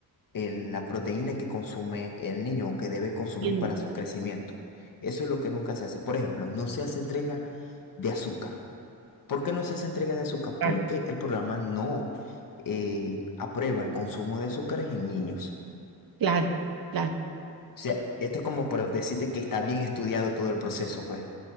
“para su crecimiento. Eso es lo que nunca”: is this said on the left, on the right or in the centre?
Left